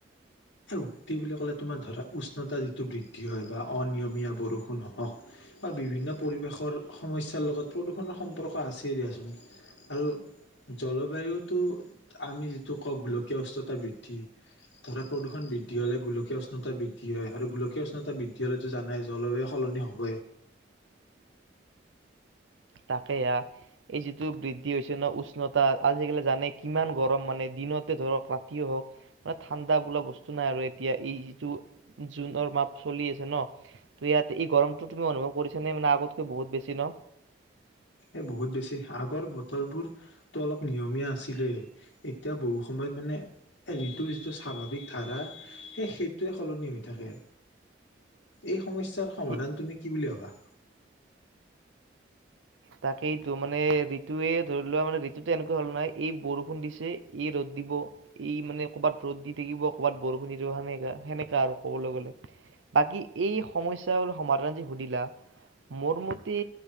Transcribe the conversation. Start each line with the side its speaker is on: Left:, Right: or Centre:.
Left: মুক্তি বুলি ক'লে তোমাৰ ধৰা উষ্ণতা যিটো বৃদ্ধি হয় বা অনিয়মীয়া বৰষুণ হওক বা বিভিন্ন পৰিৱেশৰ সমস্যাৰ লগত প্ৰদূষণৰ সম্পৰ্ক আছেই দিয়াচোন আৰু জলবায়ুটো আমি যিটো কওঁ গোলকীয়া উষ্ণতা বৃদ্ধি ধৰা প্ৰদূষণ বৃদ্ধি হ'লে গোলকীয় উষ্ণতা বৃদ্ধি হয় আৰু গোলকীয় উষ্ণতা বৃদ্ধি হ'লেতো জানে জলবায়ু সলনি হ'ব
Right: তাকে এই যিটো বৃদ্ধি হৈছে ন উষ্ণতা আজিকালি জানে কিমান গৰম মানে দিনতে ধৰক ৰাতিে হওক মানে ঠাণ্ডা বোলা বস্তু নাই আৰু এতিয়া এই যিটো জুনৰ মাহ চলি আছে ন ত ইয়াত এই গৰমটো তুমি অনুভৱ কৰিছা নে মানে আগতকৈ বহুত বেছি ন
Left: এ বহুত বেছি আগৰ বতৰবোৰতো অলপ নিয়মীয়া আছিলেই এতিয়া বহু সময়ত মানে ঋতুৰ যিটো স্বাভাৱিক ধাৰা সেই সেইটোৱে সলনি হৈ থাকে এই সমস্যাৰ সমাধান
Right: সেই-
Left: তুমি কি বুলি ভাবা
Right: তাকেইতো মানে ঋতুে ধৰি লোৱা মানে ঋতুতো এনেকুৱা হল নাই এই বৰষুণ দিছে এই ৰ'দ দিব এই মানে ক'ৰবাত ৰ'দ দি থাকিব কৰবাত বৰষুণ দি দিব সেনেকা সেনেকা আৰু কবলৈ গলে বাকী এই সমাধান যে সুধিলা মোৰ মতে